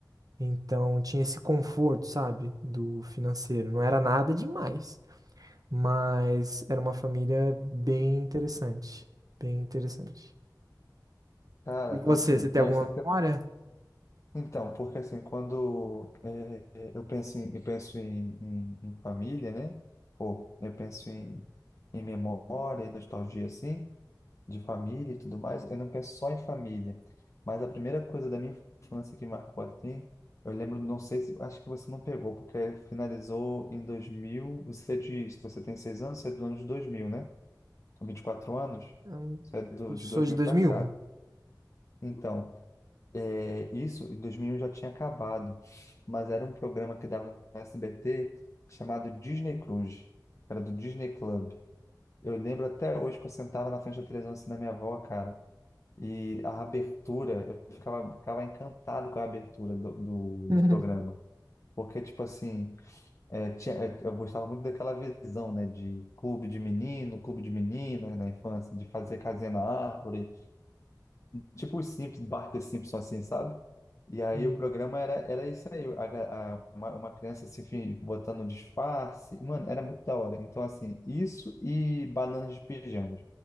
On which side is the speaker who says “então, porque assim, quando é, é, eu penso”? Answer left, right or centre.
Left